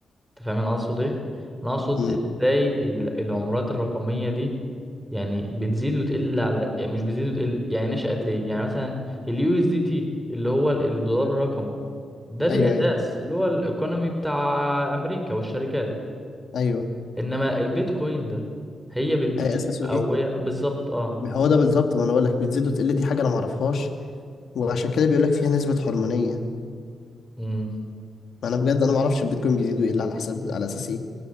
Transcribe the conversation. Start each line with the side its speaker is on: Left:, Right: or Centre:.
Centre: انت فاهم انا اقصد ايه انا اقصد
Left: مم.
Centre: ازاي ال- العملات الرقمية دي يعني بتزيد وتقل على يعني مش بتزيد وتقل يعني نشأت ليه يعني مثلا اليو اس دي تي اللي هو ال- الدولار الرقمي ده ليه
Left: ايوه ايوه
Centre: اساس اللي هو الايكونومي بتاع امريكا والشركات
Left: ايوه
Centre: انما البيتكوين ده هي بتزيد
Left: أي اساسه
Centre: او
Left: ايه
Centre: هي بالظبط اه
Left: ما هو ده بالظبط ما انا بقول لك بتزيد وتقل دي حاجه انا ما اعرفهاش وعشان كده بيقول لك فيها نسبه حرمانيه
Centre: امم
Left: ما انا بجد انا ما اعرفش البيتكوين بيزيد ويقل على حساب على اساس ايه